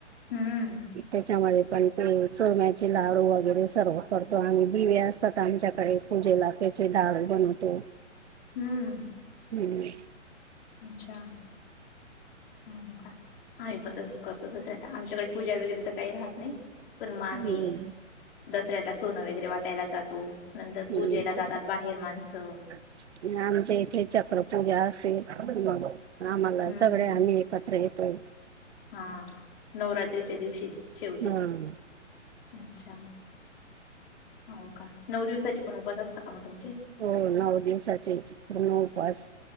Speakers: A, on the left; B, on the right.
A: हम्म
B: त्याच्यामध्ये पण ते चोरम्याचे लाडू वगैरे सर्व करतो आम्ही, दिवे असतात आमच्याकडे. पूजेला त्याचे डाळं बनवतो.
A: हम्म.
B: हं, हं.
A: अच्छा. हो का आम्ही पण तसंच करतो. तस आमच्याकडे पूजा वगैरे तर काही राहत नाही. पण आम्ही
B: हम्म
A: दसऱ्याला सोनं वगैरे वाटायला जातो, नंतर
B: हम्म.
A: पूजेला जातात बाहेर माणसं.
B: आमच्या इथे चक्रपूजा असेल म आम्हाला
A: हम्म
B: सगळे आम्ही एक त्र येतोय.
A: हा नवरात्रीच्या दिवशी शेवटी.
B: हा
A: अच्छा. हो का. नऊ दिवसाची पण उपवास असत का मग तुमचे?
B: हो. नऊ दिवसाचे पूर्ण उपवास.